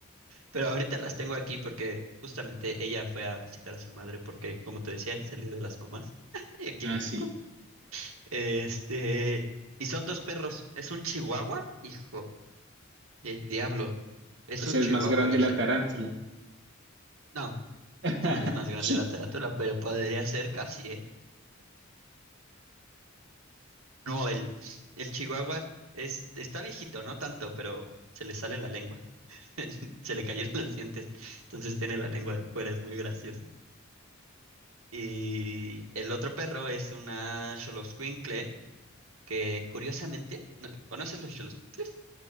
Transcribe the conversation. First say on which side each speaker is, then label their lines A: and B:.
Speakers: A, on the right; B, on the right.
A: Pero ahorita las tengo aquí porque justamente ella fue a visitar a su madre porque, como te decía, es el Día de las Mamás <laughs> aquí
B: Ah,
A: en México.
B: sí.
A: Este, y son dos perros. Es un chihuahua, hijo del diablo. Es
B: O sea,
A: un chihuahua
B: es más grande
A: viejito.
B: la tarántula.
A: No,
B: <laughs>
A: no, no es más grande la tarántula, pero podría ser casi, ¿eh? No, el, el chihuahua es, está viejito, no tanto, pero se le sale la lengua. <laughs> Se le cayeron los dientes. Entonces tiene la lengua de fuera, es muy gracioso. Y el otro perro es una xoloscuincle que curiosamente, ¿no- ¿conoces los xoloscuincles?